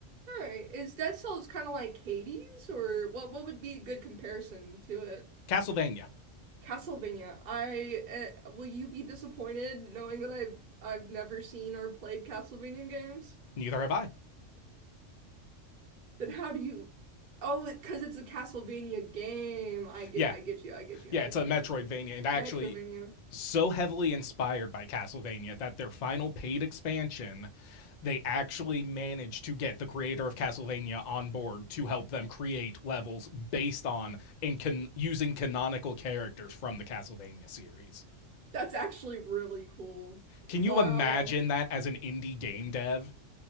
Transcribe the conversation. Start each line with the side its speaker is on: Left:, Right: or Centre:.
Right: All right. Is Dead Cells kind of like Hades or what what would be a good comparison to
Left: Castlevania.
Right: Castlevania. I uh, will you be disappointed knowing that I've I've never seen or played Castlevania games?
Left: Neither have I.
Right: Then how do you? Oh, it, because it's a Castlevania game. I get
Left: Yeah,
Right: I get you. I get you.
Left: Yeah,
Right: I get
Left: it's a
Right: you.
Left: Metroidvania,
Right: I get you.
Left: and actually
Right: Metroidvania.
Left: so heavily inspired by Castlevania that their final paid expansion, they actually managed to get the creator of Castlevania on board to help them create levels based on and can using canonical characters from the Castlevania series.
Right: That's actually really cool.
Left: Can
Right: Wow.
Left: you imagine that as an indie game dev?